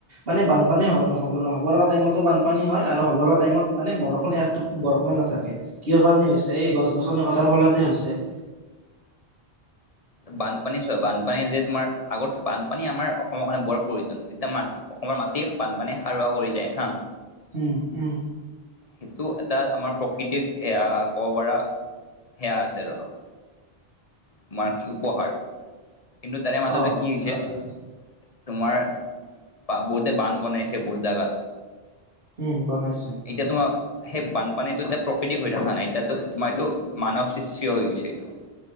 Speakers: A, on the right; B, on the left.
A: মানে বানপানী হ'ব নহ'ব লগা টাইমত <inaudible> বানপানী হয় আৰু হ'ব লগা টাইমত মানে বৰষুণে এক বৰষুণে নাথাকে <unintelligible> কিহৰ কাৰণে হৈছে এই গছ-গছনি কটাৰ ফলতে হৈছে। <inaudible>
B: বানপানী চোৱা বানপানী যে তোমাৰ আগত বানপানী আমাৰ অসমৰ কাৰণে বৰ প্ৰয়োজন। <unintelligible> এতিয়া মাত <unintelligible> অসমৰ মাটি বানপানীয়ে সাৰুৱা কৰি যায় হা। <inaudible>
A: উম-উম <inaudible>
B: সেইটো এটা আমাৰ প্ৰকৃতিক এয়া ক'ব পাৰা সেয়া আছে আৰু। <unintelligible> তোমাৰ কি উপহাৰ কিন্তু তাৰে মাজতে
A: অ
B: কি হৈছে
A: আছে
B: <unintelligible> তোমাৰ <unintelligible> বহুতে বান বনাইছে বহুত জেগাত।
A: উম! বনাইছে। <inaudible>
B: এতিয়া তোমাৰ সেই বানপানীতো এতিয়া প্ৰকৃতিক হৈ থকা নাই এতিয়াতো <unintelligible> তোমাৰ এইটো মানৱ সৃষ্টি হৈ গৈছে এইটো। <unintelligible>